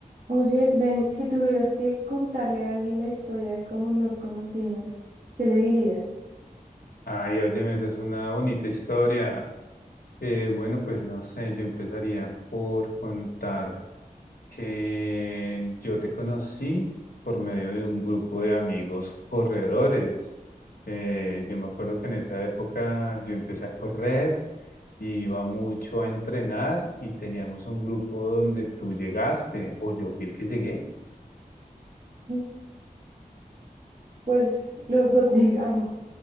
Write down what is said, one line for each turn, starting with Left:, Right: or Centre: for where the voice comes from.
Right: Oye, Ben, si tuvieras que contarle a alguien la historia de cómo nos conocimos, ¿qué le dirías?
Left: Ay, óyeme, esa es una bonita historia. Eh, bueno, pues no sé, yo empezaría por contar que yo te conocí por medio de un grupo de amigos corredores. Eh, yo me acuerdo que en esa época yo empecé a correr y iba mucho a entrenar y teníamos un grupo donde tú llegaste, o yo fui el que llegué.
Right: Mm, Pues los dos <laughs> llegamos.